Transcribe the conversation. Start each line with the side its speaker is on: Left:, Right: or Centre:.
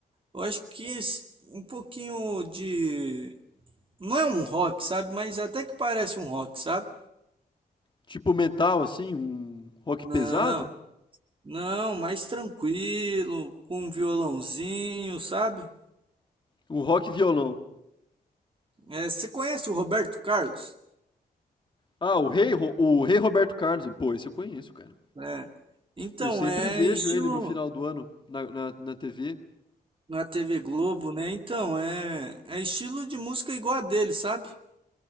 Right: eu acho que esse- um pouquinho de. Não é um rock, sabe? Mas até que parece um rock, sabe?
Left: Tipo metal, assim? Um rock
Right: Não,
Left: pesado?
Right: não, mais tranquilo, com um violãozinho, sabe?
Left: Um rock violão?
Right: É, você conhece o Roberto Carlos?
Left: Ah, o Rei, Ro- o Rei Roberto Carlos. Pô, esse eu conheço, cara.
Right: É. Então,
Left: Eu sempre
Right: é
Left: vejo
Right: estilo
Left: ele no final do ano na, na, na TV.
Right: na TV Globo, né? Então, é, é estilo de música igual a dele, sabe?